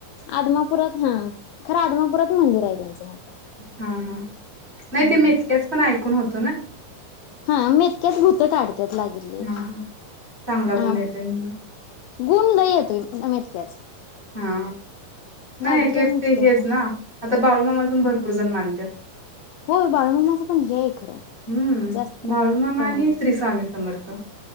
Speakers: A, on the left (about 80°); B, on the right (about 15°).
A: आदमापुरात हा खर आदमापुरात मंदिर आहे त्यांचं.
B: हा हा नाही
A: हम्म
B: ते मेतक्याच पण ऐकून होत
A: हा मेतक्यात भूत काढत्यात लागिरलेली
B: हा हा चांगला गुण
A: आ
B: येतोय म्हणून
A: गुण लय येतोय ब मेतक्याचा.
B: हा नाय
A: लागिरलेला
B: त्यात
A: निघतय
B: ते हेच
A: फास्ट
B: ना आता बाळूमामाला पण भरपूर जन मानत्यात.
A: होय बाळूमामाचं पण हे हाय खरं
B: हम्म
A: जास्त अ
B: बाळूमामा
A: प्रमाणात
B: आणि श्री स्वामी समर्थ